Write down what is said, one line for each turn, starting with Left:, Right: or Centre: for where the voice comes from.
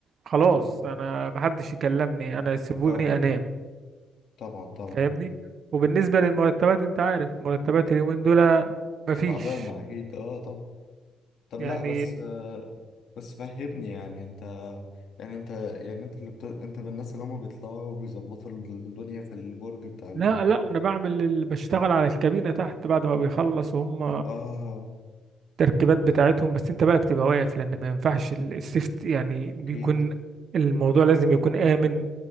Right: خلاص
Left: اه
Right: انا محدش يكلمني انا سيبوني
Left: طبعا
Right: انام
Left: طبعا طبعا
Right: فاهمني وبالنسبة للمرتبات انت عارف مرتبات اليومين دول مفيش
Left: تعبانة أكيد اه طبعا طب
Right: يعني
Left: لا بس آه بس فهمني يعني انت يعني انت يعني انت اللي بت... انت من الناس اللي هما بيطلعوا وبيظبطوا الدنيا في البرج بتاع ال...
Right: لا لا انا بعمل ال- بشتغل على الكابينة تحت بعد ما بيخلصوا هم
Left: اه
Right: التركيبات بتاعتهم بس انت بقى بتبقى واقف لان ما ينفعش ال- السيفت يعني بيكون
Left: اكيد
Right: الموضوع لازم يكون آمن